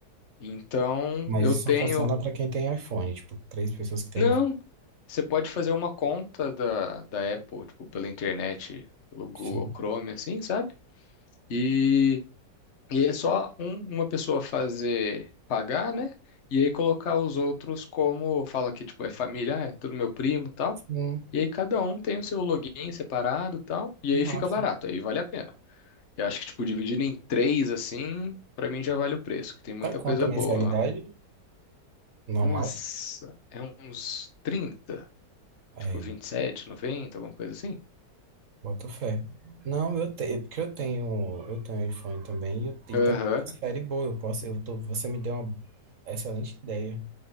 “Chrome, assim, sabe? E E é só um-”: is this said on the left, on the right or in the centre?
Left